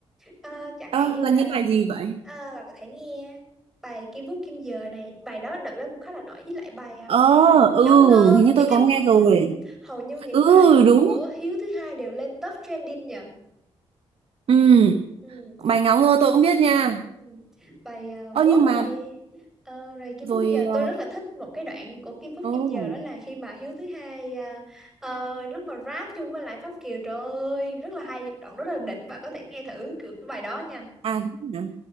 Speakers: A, in the centre; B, on the right (about 65°).
A: Ờ, chẳng
B: Ơ,
A: hạn như là
B: là những bài gì vậy?
A: ờ, bạn có thể nghe bài Kim Phúc Kim Giờ này bài đó đợt đó cũng khá là nổi với lại bài à,
B: Ờ, ừ,
A: Ngâu Ngơ
B: hình như
A: những
B: tôi
A: cái
B: có nghe rồi.
A: ừm, hầu như những
B: Ừ,
A: bài
B: đúng.
A: của Hiếu thứ hai đều lên top trending nhờ
B: Ừ,
A: Ừm,
B: bài ngáo ngơ tôi cũng biết nha.
A: ừm. bài à,
B: Ơ
A: Walk
B: nhưng mà
A: này ờ, rồi Kim
B: rồi
A: Phúc Kim Giờ
B: ờ,
A: tôi rất là thích một cái đoạn của Kim Phúc
B: oh,
A: Kim Giờ đó là khi mà Hiếu thứ hai à, ờ, lúc mà rap chung với lại Pháp Kiều trời ơi rất là hay đoạn rất là đỉnh bạn có thể nghe thử kiểu bài đó nha
B: à đúng rồi nhỉ.